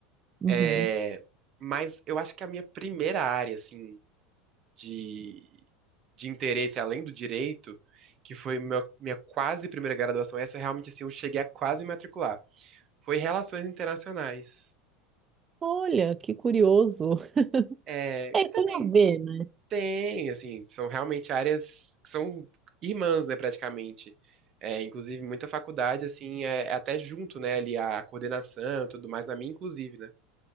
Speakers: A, on the right (about 25°); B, on the right (about 40°).
A: Uhum.
B: É, mas eu acho que a minha primeira área, assim, de, de interesse, além do direito, que foi meu- minha quase primeira graduação, essa realmente, assim, eu cheguei a quase me matricular, foi Relações Internacionais.
A: Olha, que curioso. <laughs>
B: É,
A: É,
B: que também
A: tem a ver, né?
B: tem, assim, são realmente áreas que são irmãs, né, praticamente. É, inclusive, muita faculdade, assim, é, é até junto, né, ali a coordenação e tudo mais, na minha, inclusive, né?